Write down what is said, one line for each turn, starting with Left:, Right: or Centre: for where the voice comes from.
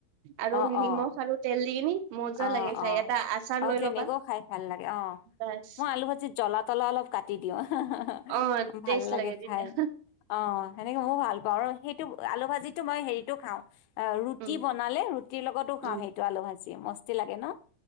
Right: আৰু
Left: অ',
Right: নিমখ
Left: অ'।
Right: আৰু তেল দি কিনি মজা
Left: অ
Right: লাগে খাই
Left: অ
Right: এটা আচাৰ
Left: অ
Right: লৈ
Left: তেনেকেও
Right: ল'বা
Left: খাই ভাল লাগে অ,
Right: বাছ।
Left: মই আলু ভাজি জ্বলা তলা অলপ কাটি দিওঁ। হা হা হা
Right: অ', টেষ্ট
Left: ভাল লাগে
Right: তেতিয়া
Left: খায়, অ সেনেকে মই ভাল বাৰু, সেইটো আলু ভাজিতো মই হেৰিটো খাওঁ অ ৰুটি
Right: উম।
Left: বনালে, ৰুটিৰ লগতো খাওঁ
Right: উম
Left: সেইটো আলু ভাজি মস্তি লাগে ন।